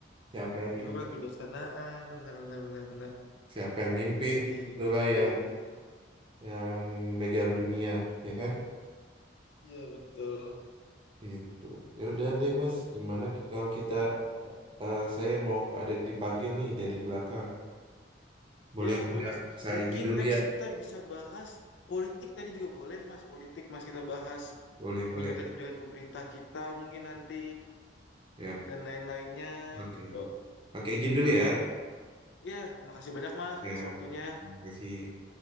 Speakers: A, on the right; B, on the left.
A: siapa yang mimpin,
B: dulu perang kebijaksanaan benar benar benar benar
A: siapa yang mimpin
B: si
A: itulah
B: Biden.
A: yang yang megang dunia ya kan
B: Iya betul.
A: itu ya udah deh mas gimana ki- kalau kita eh, saya mau ada dipanggil nih dari belakang boleh
B: Ya boleh
A: nggak
B: mas.
A: saya
B: Mungkin
A: izin dulu
B: next
A: ya
B: kita bisa bahas politik tadi juga boleh mas. Politik mas kita bahas
A: boleh
B: kebijakan-kebijakan
A: boleh
B: pemerintah kita mungkin nanti
A: ya
B: dan lain-lainnya
A: oke
B: gitu.
A: oke izin dulu ya
B: Ya makasih banyak mas
A: ya
B: atas waktunya.
A: terima kasih